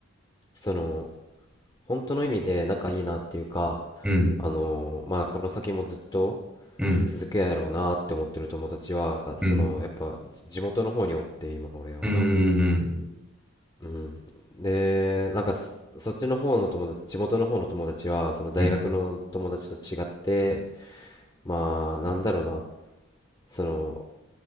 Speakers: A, on the left; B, in the centre.
A: その、本当の意味で仲いいなっていうか、
B: うん、うん、
A: あの、まあ、この先もずっと
B: うん、
A: 続くやろうなって思ってる友達は、その、
B: うん、
A: やっぱ、地元の方におって、今、俺は。
B: うん、うん、
A: うん。で、なんかそ、そっちの方の友達、地元の方の友達は、その大学の友達と違って、
B: うん、うん、
A: まあ、なんだろうな。その